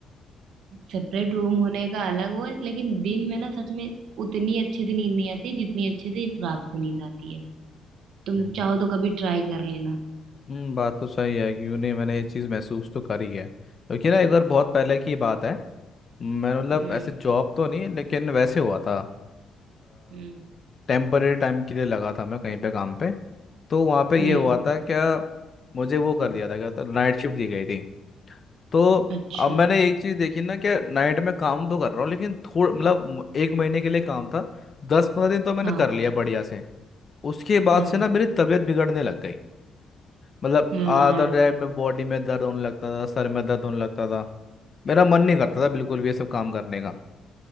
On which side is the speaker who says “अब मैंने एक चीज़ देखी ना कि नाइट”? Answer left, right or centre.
Left